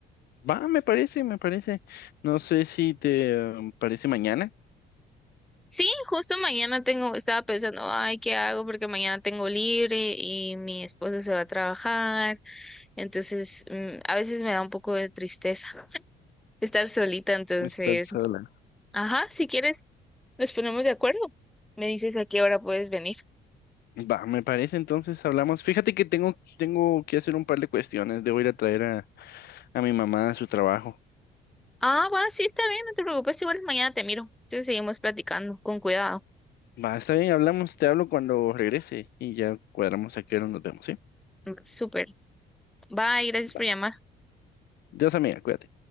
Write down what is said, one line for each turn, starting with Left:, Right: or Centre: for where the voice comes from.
Left: Va, me parece, me parece. No sé si te eh, parece mañana.
Centre: Sí, justo mañana tengo, estaba pensando, ay, ¿qué hago? Porque mañana tengo libre y mi esposo se va a trabajar. Entonces, mm, a veces me da un poco de tristeza <laughs> estar solita. Entonces,
Left: Estás sola.
Centre: ajá, si quieres, nos ponemos de acuerdo. Me dices a qué hora puedes venir.
Left: Va, me parece, entonces hablamos. Fíjate que tengo, tengo que hacer un par de cuestiones. Debo ir a traer a, a mi mamá a su trabajo.
Centre: Ah, va, sí, está bien, no te preocupes, igual mañana te miro. Entonces seguimos platicando, con cuidado.
Left: Va, está bien, hablamos, te hablo cuando regrese y ya cuadramos a qué hora nos vemos, ¿sí?
Centre: Súper. Bye, gracias
Left: Va.
Centre: por llamar.
Left: Dios amiga, cuídate.